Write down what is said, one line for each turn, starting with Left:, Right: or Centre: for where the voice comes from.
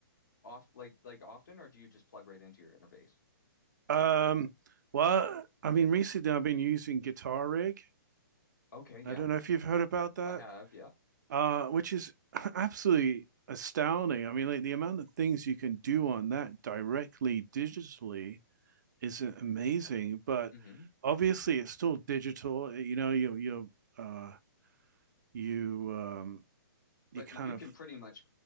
Left: off like like often, or do you just plug right into your interface?
Right: Um, well, I mean, recently I've been using Guitar Rig.
Left: Okay, yeah,
Right: I don't know if you've heard about that,
Left: I have. Yeah.
Right: uh, which is <laughs> absolutely astounding. I mean, like the amount of things you can do on that directly digitally is amazing. But
Left: Mm-hmm.
Right: obviously, it's still digital. You know, you you uh, you um, you
Left: But
Right: kind
Left: you
Right: of
Left: can pretty much